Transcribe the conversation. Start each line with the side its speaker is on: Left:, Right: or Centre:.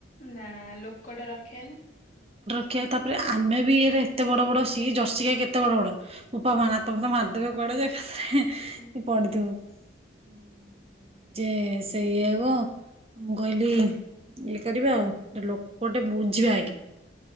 Left: ନା ଲୋକଟା ରଖେ ନା
Right: ଦେଖିଆ ତାପରେ ଆମେ ବି ଇ ଏତେ ବଡ ସିଏ ଜର୍ସି ଖା କେତେ ବଡ ବଡ ବୋପା
Left: ହଁ
Right: ମା ନାତ ଫାତ ମାରିଦେବେ। ବଡ଼ ଦେଖ <inaudible>
Left: ହୁଁ
Right: ପଡ଼ିଥିବ। <inaudible> ଯେ ସେ ଇକୁ ମୁଁ କହିଲି ଇଏ କରିବା ଆଉ ଲୋକ ଟେ ବୁଝିବା ଆଗେ,